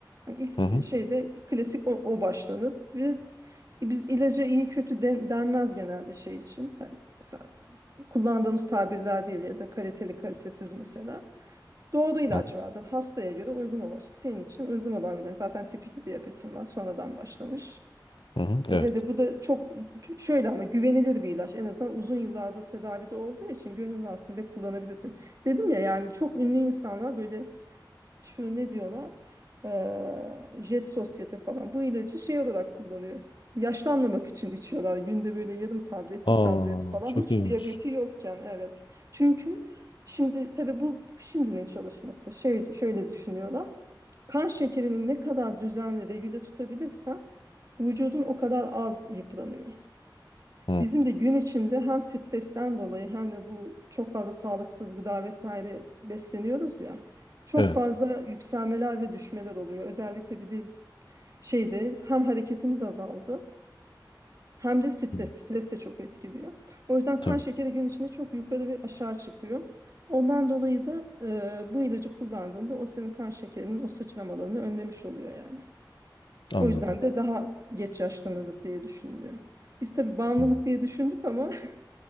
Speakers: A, on the right (about 45°); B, on the left (about 85°).
A: Yani ilk
B: Hı hı.
A: şeyde klasik o, o başlanır ve biz ilaca iyi kötü den- denmez genelde şey için. Hani mesela kullandığımız tabirler değil ya da kaliteli kalitesiz mesela. Doğru ilaç
B: Hı hı.
A: verdin. Hastaya göre uygun olan. Senin için uygun olan bile. Zaten tip 2 diyabetin var. Sonradan başlamış.
B: hı
A: Ve
B: Evet.
A: de bu da çok şöyle ama güvenilir bir ilaç. En azından uzun yıllardır tedavide olduğu için gönül rahatlığıyla kullanabilirsin. Dedim ya yani çok ünlü insanlar böyle şu ne diyor ona Eee, Jet Sosyete falan bu ilacı şey olarak kullanıyor. Yaşlanmamak için içiyorlar. Günde böyle yarım tablet,
B: Aa,
A: bir tablet falan
B: çok
A: hiç
B: ilginç.
A: diyabeti yokken evet. Çünkü şimdi tabii bu şimdinin çalışması. Şey şöyle düşünüyorlar. Kan şekerini ne kadar düzenli regüle tutabilirsen vücudun o kadar az yıpranıyor.
B: Hı.
A: Bizim de gün içinde hem stresten dolayı hem de bu çok fazla sağlıksız gıda vesaire besleniyoruz ya. Çok
B: Evet.
A: fazla yükselmeler ve düşmeler oluyor. Özellikle bir de şeyde hem hareketimiz azaldı hem de stres.
B: Hı.
A: Stres de çok etkiliyor. O yüzden kan
B: Tamam.
A: şekeri gün içinde çok yukarı ve aşağı çıkıyor. Ondan dolayı da e, bu ilacı kullandığında o senin kan şekerinin o sıçramalarını önlemiş oluyor yani.
B: Anladım.
A: O yüzden de daha geç yaşlanırız diye düşünülüyor. Biz tabii bağımlılık
B: Hı.
A: diye düşündük ama <laughs>